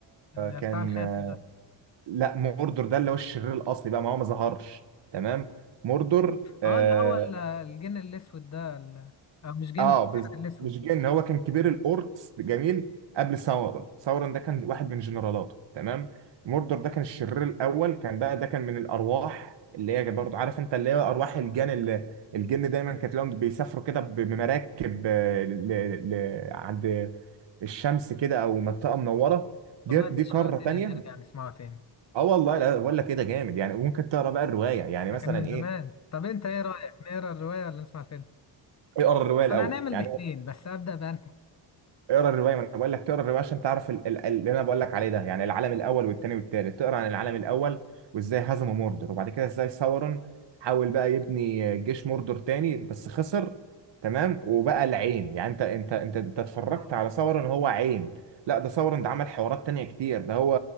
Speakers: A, on the left; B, on the right.
A: ال-
B: كان
A: بتاع الخاتم
B: آه،
A: ده
B: لا موردور ده اللي هو الشرير الاصلي بقى ما هو ما ظهرش تمام موردور آه،
A: اه اللي هو ال- الجن الاسود ده ال- او مش جن
B: اه
A: السحر
B: بز...
A: الاسود
B: مش جن هو كان كبير الاوركس جميل قبل ساورون ساورون ده كان واحد من جنرالاته تمام موردور ده كان الشرير الاول كان بقى ده كان من الارواح اللي هي برضه عارف انت اللي هي ارواح الجن اللي الجن دايما كانت لهم بيسافروا كده بمراكب آه، ل... ل... عند الشمس كده او منطقه منوره دي
A: والله
B: دي
A: انت
B: قاره
A: شوقتني
B: تانية
A: نرجع نسمعه تاني
B: اه والله لا بقول لك كده جامد يعني ممكن تقرا بقى الروايه يعني
A: ده
B: مثلا
A: كان من
B: ايه
A: زمان طب انت ايه رأيك نقرا الرواية ولا نسمع الفيلم
B: اقرا الروايه الاول
A: انا هنعمل
B: يعني
A: الاثنين بس ابدأ بأنهي
B: اقرا الروايه ما انا بقول لك تقرا الروايه عشان تعرف ال- ال- اللي انا بقول لك عليه ده يعني العالم الاول والثاني والثالث تقرا عن العالم الاول وازاي هزموا موردر وبعد كده ازاي ساورون حاول بقى يبني جيش موردر تاني بس خسر تمام وبقى العين يعني انت انت انت انت اتفرجت
A: اه
B: على ساورون هو عين لا ده ساورون ده عمل حوارات تانية كتير ده هو